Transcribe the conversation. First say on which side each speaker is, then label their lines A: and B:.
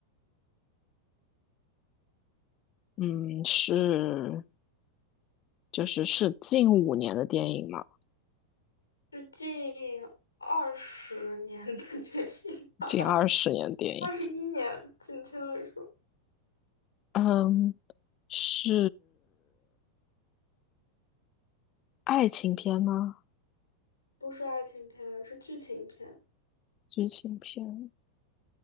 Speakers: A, on the left (about 35°); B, on the left (about 80°).
A: 嗯，是。就是是近五年的电影嘛，
B: 是近二十年的电影吧？
A: 近二十年的电影。
B: <laughs> 二十一年，准确的说，
A: 嗯，是爱情片吗？
B: 不是爱情片，是剧情片。
A: 剧情片？